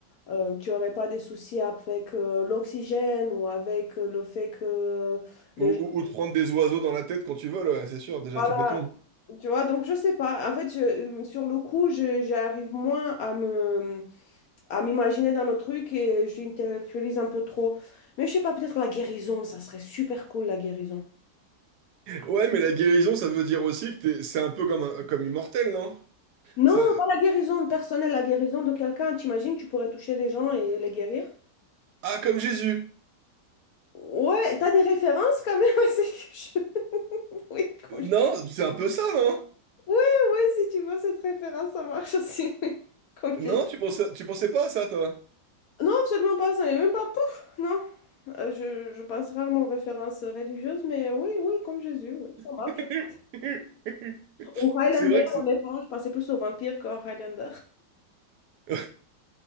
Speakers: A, on the left; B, on the right.
A: Euh, tu n'aurais pas des soucis avec euh, l'oxygène ou avec euh, le fait que
B: Ou,
A: les gens...
B: ou- ou de prendre des oiseaux dans la tête quand tu veux ouais, c'est sûr, déjà
A: Voilà,
B: tout bêtement.
A: tu vois, donc je sais pas. En fait, je- euh, sur le coup, je- j'arrive moins à me, à m'imaginer dans le truc et je l'intellectualise un peu trop. Mais je sais pas, peut-être la guérison, ça serait super cool, la guérison.
B: Ouais, mais la guérison, ça veut dire aussi que t'es- c'est un peu comme, un- comme immortel, non?
A: Non,
B: Ça-
A: pas la guérison personnelle, la guérison de quelqu'un. T'imagines, tu pourrais toucher les gens et les guérir?
B: Ah, comme Jésus.
A: Ouais, t'as des références quand même. <laughs> c'est que je- Oui, <laughs> comme
B: Non, c'est un peu ça, non?
A: Ouais, ouais, si tu veux cette référence, ça marche aussi, <laughs> oui. Complètement.
B: Non, tu pensais, tu pensais pas à ça, toi?
A: Non, absolument pas, ça n'est même pas pouf, non. Euh, je, je pense rarement aux références religieuses, mais euh, oui, oui, comme Jésus, oui, ça marche
B: <laughs>
A: aussi. Ou Highlander,
B: C'est vrai que c'est...
A: honnêtement, je pensais plus aux vampires qu'aux Highlander.
B: <laughs>